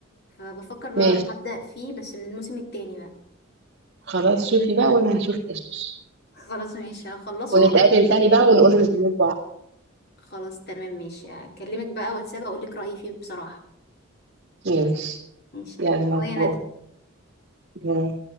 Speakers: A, on the left (about 50°); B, on the right (about 50°).
A: فبفكر بقى
B: ماشي
A: اروح ابدا فيه بس من الموسم التاني بقى
B: خلاص شوفي بقى وانا هشوف ايش
A: <laughs> خلاص ماشي هخلصه
B: ونتقابل تاني بقى ونقول ريفيو
A: خلاص تمام ماشي اكلمك بقى واتساب اقول لك رايي فيه بصراحه
B: ماشي
A: ماشي
B: يلا
A: باي يا ندى
B: باي باي.